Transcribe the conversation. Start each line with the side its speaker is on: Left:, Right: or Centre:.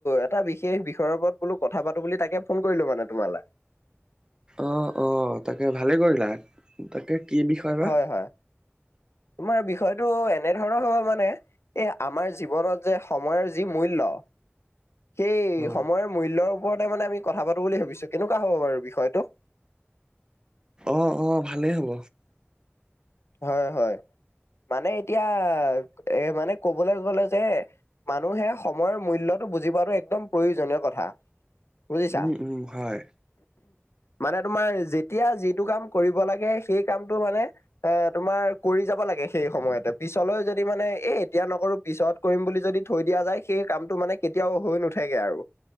Left: এটা বিশেষ বিষয়ৰ ওপৰত বোলো কথা পাতো বুলি তাকে ফোন কৰিলো মানে তোমালৈ <inaudible>
Right: অ অ তাকে ভালে কৰিলা তাকে কি বিষয় বা
Left: হয় হয় তোমাৰ বিষয়টো এনেধৰণৰ হ'ব মানে এ আমাৰ জীৱনত যে সময়ৰ যি মূল্য। সেই
Right: অ
Left: সময়ৰ মূল্যৰ ওপৰত মানে আমি কথা পাতো বুলি ভাবিছো কেনেকুৱা হ'ব বাৰু বিষয়টো?
Right: অ', অ', ভালেই হ'ব।
Left: হয়, হয় মানে এতিয়া এ মানে ক'বলৈ গ'লে যে মানুহে সময়ৰ মূল্যটো বুজি পোৱাটো একদম প্ৰয়োজনীয় কথা। বুজিছা।
Right: উম, উম হয়।
Left: মানে তোমাৰ যেতিয়া যিটো কাম কৰিব লাগে সেই কামটো মানে এ তোমাৰ কৰি যাব লাগে সেই সময়তে। পিছলৈ যদি মানে এ এতিয়া নকৰো পিছত কৰিম বুলি যদি থৈ দিয়া যায় সেই কামটো মানে কেতিয়াও হৈ নুঠেগৈ আৰু।